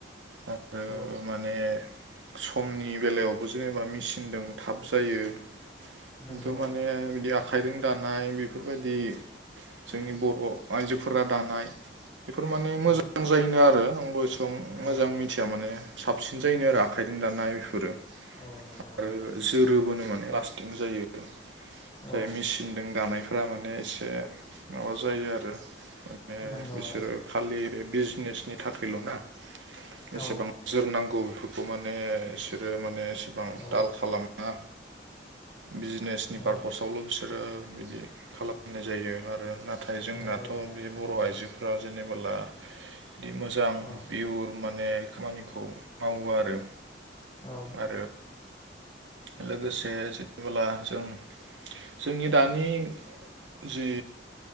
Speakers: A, on the right; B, on the left.
A: आरो
B: औ।
A: माने समनि बेलायावबो जेनेबा मेचिनजों थाब जायो। खिन्थु
B: नंगौ
A: माने
B: आदा
A: बिदि आखाइजों दानाय बेफोरबायदि जोंनि बर' आइजोफोरा दानाय बेफोर माने मोजां
B: औ
A: जायोनो आरो आंबो एसेबां मोजां
B: औ
A: मिथिया माने साबसिन जायोनो आरो
B: औ
A: आखाइजों दानाय बेफोरो।
B: औ नंगौ
A: आरो
B: आदा
A: जोरोबोनो माने लास्टिं जायो
B: औ
A: जाय मिसि नों दानायफोरा माने एसे माबा जायो आरो माने
B: नंगौ
A: बिसोरो
B: आदा
A: खालि बे बिजिनेसनि थाखायल'ना एसेबां
B: औ
A: जोरनांगौ बेफोरखौ माने बिसोरो माने एसेबां
B: औ
A: ताल खालामा। बिजिनेसनि
B: औ
A: पारपसावल' बिसोरो बिदि खालाम नाय जायो आरो नाथाय जोंनाथ'
B: नंगौ आदा
A: बे बर'
B: नंगौ
A: आइजोफ्रा जेनेबोला बिदि मोजां
B: औ
A: बियुर माने खामानिखौ मावो आरो
B: औ
A: ओ लोगोसे जेनेबाला जोंनि दानि जि